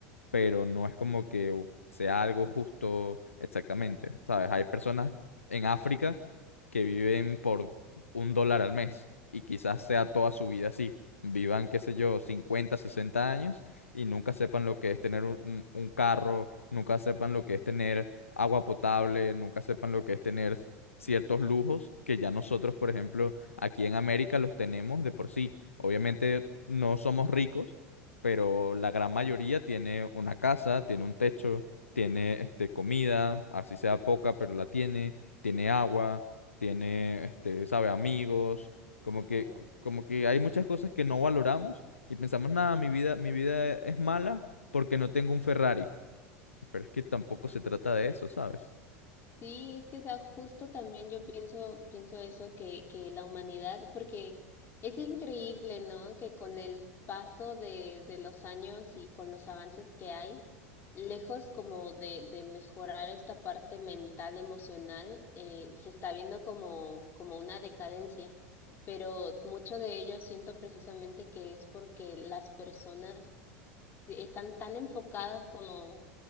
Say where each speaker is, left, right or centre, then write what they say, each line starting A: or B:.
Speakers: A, on the left (about 80°); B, on the left (about 35°).
A: pero no es como que sea algo justo exactamente, ¿sabes? Hay personas en África que viven por un dólar al mes y quizás sea toda su vida así. Vivan, qué sé yo, 50, 60 años y nunca sepan lo que es tener un, un- un carro, nunca sepan lo que es tener agua potable, nunca sepan lo que es tener ciertos lujos que ya nosotros, por ejemplo, aquí en América los tenemos de por sí. Obviamente no somos ricos, pero la gran mayoría tiene una casa, tiene un techo, tiene este, comida, así sea poca, pero la tiene, tiene agua, tiene, este, sabe, amigos, como que,
B: sí.
A: como que hay muchas cosas que no valoramos y pensamos, nada, mi vida, mi vida es mala porque no tengo un Ferrari, pero es que tampoco se trata de eso, ¿sabes?
B: Sí, es que o sea, justo también yo pienso, pienso eso que, que la humanidad, porque es increíble, ¿no? Que con el paso de, de los años y con los avances que hay, lejos como de, de mejorar esta parte mental, emocional, eh, se está viendo como, como una decadencia. Pero mucho de ello siento precisamente que es porque las personas están tan enfocadas como,